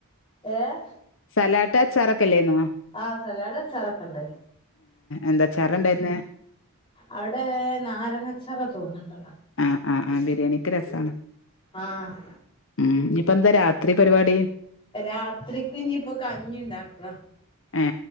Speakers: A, on the left; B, on the left.
A: ഏഹ്
B: സലാട്ട് ആച്ചാർ ഒക്കെ ഇല്ലേയ്ന്നോ?
A: ആഹ് സലാഡ് അച്ചാർ ഒക്കെ ഉണ്ടായിരുന്നു.
B: എന്താ അച്ചാറ് ഉണ്ടായിരുന്നേ
A: അവിടെ നാരങ്ങച്ചാറ് ഒക്കെ വന്ന്ട്ടല്ലോ.
B: ആഹ ആഹ് ആഹ് ബിരിയാണിക്ക് രസാണ്.
A: ആഹ്.
B: ഉം ഇനിപ്പ എന്താ രാത്രി പരിപാടി.
A: രാത്രിക്ക് ഇനിയിപ്പൊ കഞ്ഞിണ്ടാക.
B: ഏ